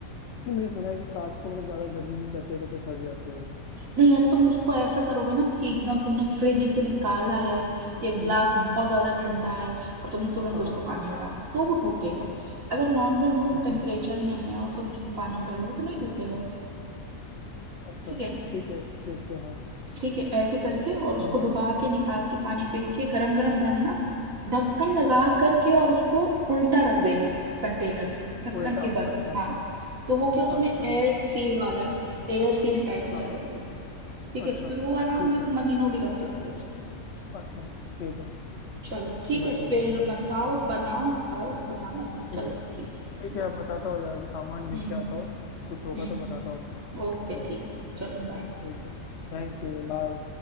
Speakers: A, on the left; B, on the right.
A: नहीं मैंने सुना है कि कांच को मतलब ज्यादा गर्मी में करते हैं तो फिर फट जाते हैं वो
B: नहीं अब तुम उसको ऐसा करोगे ना कि एकदम तुमने फ्रिज से निकाला है ये ग्लास
A: वो-
B: बहुत ज्यादा ठंडा है और तुमने तुरंत
A: हाँ
B: उसको
A: हाँ
B: पानी में डाला तो वो टूटेगा अगर नॉर्मल रूम
A: अच्छा
B: टेम्परेचर में है और तुम उसको पानी में डालोगे तो नहीं टूटेगा
A: अच्छा
B: ठीक है
A: ठीक है देखते हैं हाँ
B: ठीक है ऐसे करके और उसको
A: हाँ हाँ
B: डुबा के निकाल के पानी फेंक के गरम गरम भरना ढक्कन लगा
A: हाँ
B: करके
A: हाँ,
B: और उसको उल्टा रख देना कंटेनर को ढक्कन
A: उल्टा
B: के बल
A: अच्छा
B: हाँ तो वो क्या उसमें
A: अच्छा
B: एयर सील वाला एयर सील टाइट हो
A: हाँ
B: जाएगा
A: हाँ
B: वो ठीक
A: अच्छा
B: है तो फिर वो आराम
A: ठीक
B: से
A: है
B: तुम महीनों भी रख सकते हो उसको
A: अच्छा ठीक है
B: चलो ठीक
A: बढ़िया
B: है फिर
A: बढ़िया हो गया
B: बताओ
A: हाँ
B: बनाओ खाओ बताना फिर चलो
A: ठीक है
B: ठीक है
A: ठीक है
B: बाय
A: आप बताता हो यार अभी सामान लेके
B: हम्म
A: आता हूँ कुछ होगा
B: हम्म
A: तो बताता हूँ मैं
B: ओके
A: है ना
B: ठीक है चलो बाय
A: ठीक है Thank you bye